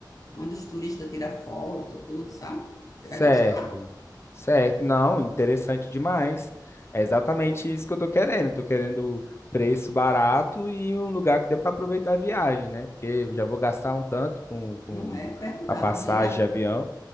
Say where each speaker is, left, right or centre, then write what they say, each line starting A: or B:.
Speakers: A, on the left; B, on the left.
A: onde os turistas tiram foto, tudo, sabe? Você
B: Certo.
A: vai gostar,
B: Certo. Não, interessante demais. É exatamente
A: não é?
B: isso que eu tô querendo. Tô querendo preço barato e um lugar que dê para aproveitar a viagem, né? Porque eu já vou gastar um tanto com, com
A: Não é verdade.
B: a passagem
A: E, na,
B: de avião.